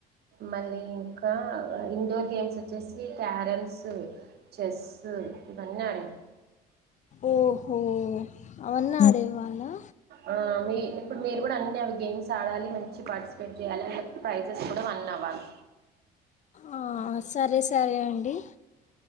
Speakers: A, on the right (about 65°); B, on the left (about 40°).
A: మళ్ళీ ఇంకా ఇ ఇండోర్ గేమ్స్ వచ్చేసి క్యారమ్స్ చెస్సు ఇవన్నీ ఆడే
B: ఓహో అవన్నీ ఆడేవాళ్ళా
A: ఆ మీ ఇప్పుడు మీరు అన్ని అవి గేమ్స్ ఆడాలి మంచి పార్టిసిపేట్ చేయాలి అందు ప్రైజెస్ కూడా వన్ అవ్వాలి
B: ఆ సరే సరే అండి